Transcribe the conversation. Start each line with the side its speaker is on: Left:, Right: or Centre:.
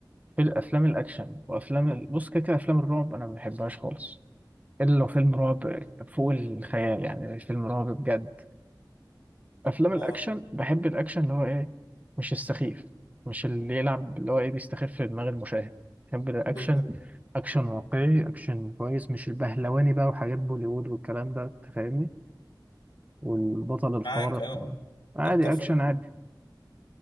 Right: في الافلام الاكشن وافلام ال- بص كده كده افلام الرعب انا ما بحبهاش خالص الا لو فيلم رعب فوق الخيال يعني فيلم رعب بجد افلام
Left: اه
Right: الاكشن بحب الاكشن اللي هو ايه مش السخيف مش اللي يلعب اللي هو ايه بيستخف في دماغ المشاهد بحب الاكشن
Left: بالظبط
Right: اكشن واقعي اكشن كويس مش البهلواني بقى وحاجات بوليوود والكلام ده أنت فاهمني والبطل الخارق
Left: معاك اه
Right: عادي
Left: أتفق
Right: اكشن عادي